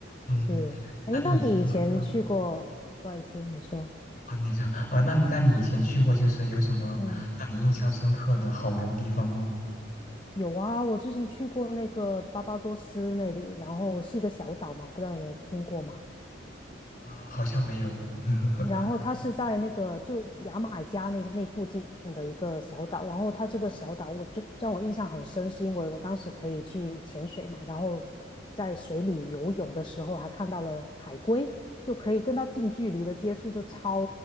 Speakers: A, on the left; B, on the left.
A: 嗯，
B: 是，哎，
A: 那你以前有啊
B: 那你以前去过？不好意思，你说。
A: 啊，你这啊，那你那你以前去过就是有什么让你印象深刻的好玩的地方吗？
B: 嗯，有啊，我之前去过那个巴巴多斯那里，然后是一个小岛嘛，不知道你有听过吗？
A: 啊，好像没有。<laughs>
B: 然后它是在那个就牙买加那那附近的一个小岛，然后它这个小岛我就让我印象很深，是因为我当时可以去潜水嘛，然后在水里游泳的时候还看到了海龟，就可以跟它近距离的接触，就超